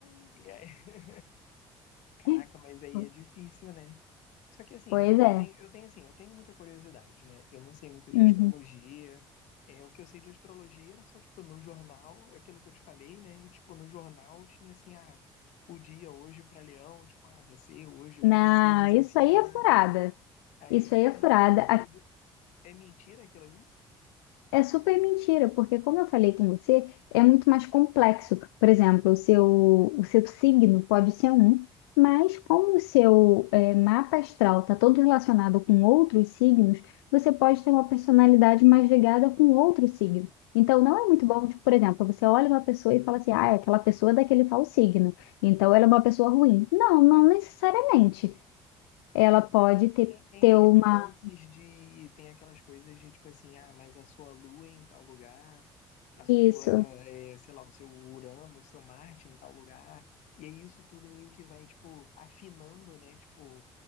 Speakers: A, on the left; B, on the left.
A: E aí, <laughs> caraca,
B: <laughs>
A: mas aí é difícil, né? Só que assim,
B: Pois
A: pô, eu
B: é.
A: tenho, eu tenho assim, eu tenho muita curiosidade, né? Eu não sei muito de
B: Uhum.
A: astrologia. É, o que eu sei de astrologia era só, tipo, no jornal, aquilo que eu te falei, né? E, tipo, no jornal tinha assim, ah, o dia hoje para Leão, tipo, ah, você hoje vai
B: Não,
A: ser desafiado.
B: isso aí é furada.
A: Aí,
B: Isso
A: pô,
B: aí é
A: não,
B: furada.
A: o do- é mentira aquilo ali?
B: É super mentira, porque como eu falei com você, é muito mais complexo. Por exemplo, o seu, o seu signo pode ser um, mas como o seu eh, mapa astral está todo relacionado com outros signos, você pode ter uma personalidade mais ligada com outro signo. Então, não é muito bom, tipo, por exemplo, você olha uma pessoa e fala assim, ah, é aquela pessoa daquele tal signo, então ela é uma pessoa ruim. Não, não necessariamente. Ela
A: Hum.
B: pode
A: É porque
B: ter,
A: tem, tem
B: ter
A: aqueles
B: uma...
A: lances de. Tem aquelas coisas de tipo assim, ah, mas a sua lua é em tal lugar. a sua,
B: Isso,
A: é, sei lá, o seu Urano, o seu Marte em tal lugar. E aí isso tudo meio que vai, tipo, afinando, né? Tipo,